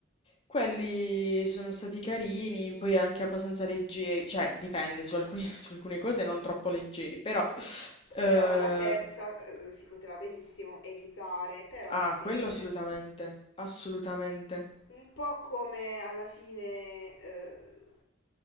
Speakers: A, on the left (about 30°); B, on the left (about 75°).
A: Quelli sono stati carini, poi anche abbastanza leggeri, cioè dipende su alcuni- <laughs> su alcune cose non troppo leggeri, però... Ehm,
B: Però la terza eh, si poteva benissimo evitare, però
A: ah,
B: va bene.
A: quello assolutamente, assolutamente.
B: Un po' come alla fine... eh,